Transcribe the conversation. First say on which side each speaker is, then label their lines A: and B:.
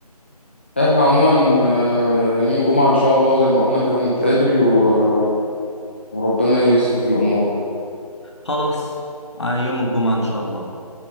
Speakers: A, on the left (about 15°); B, on the left (about 45°).
A: احنا عموما آه، يوم الجمعه ان شاء الله زي ما قلنا كده نتقابل و... وربنا يصلح الامور
B: خلاص ع- يوم الجمعة ان شاء الله